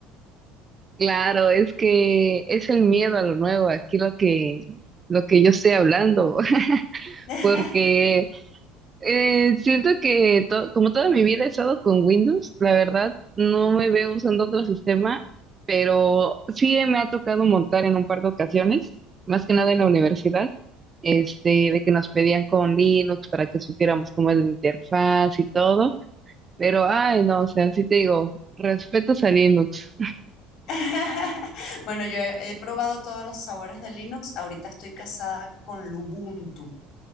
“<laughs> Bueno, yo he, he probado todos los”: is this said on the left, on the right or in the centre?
Left